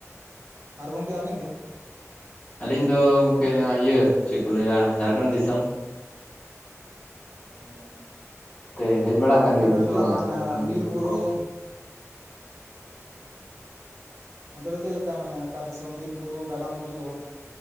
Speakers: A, on the right (about 60°); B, on the left (about 30°).
A: ᱟᱨ ᱜᱚᱝᱠᱮ ᱟᱵᱤᱱ ᱫᱚ?
B: ᱟᱹᱞᱤᱧ ᱫᱚ ᱜᱚᱢᱠᱮ ᱱᱚᱣᱟ ᱤᱭᱟᱹ ᱪᱮᱜ ᱠᱚ ᱞᱟᱹᱭᱟ ᱡᱷᱟᱲᱠᱷᱚᱸᱰ ᱫᱤᱥᱚᱢ ᱾
A: ᱚ
B: ᱛᱮ ᱦᱮᱡ ᱵᱟᱲᱟ ᱠᱟᱱ ᱜᱮᱭᱟᱵᱤᱱ
A: ᱫᱚ
B: ᱥᱮ
A: ᱪᱮᱫ
B: ᱵᱟᱝᱟ
A: ᱞᱮᱠᱟ ᱢᱮᱱᱟᱜᱼᱟ
B: ᱡᱷᱟᱲᱠᱷᱚᱸᱰ
A: ᱵᱤᱨ
B: ᱫᱤᱥᱚᱢ
A: ᱵᱩᱨᱩ
B: ᱠᱚ ᱾
A: <unintelligible> ᱚᱱᱛᱮ ᱫᱚ ᱪᱮᱞᱮᱠᱟ ᱢᱟᱱᱮ ᱚᱠᱟ ᱫᱤᱥᱚᱢ ᱵᱤᱨ ᱵᱩᱨᱩ ᱜᱟᱰᱟ ᱢᱩᱰᱩ ᱠᱚ ᱾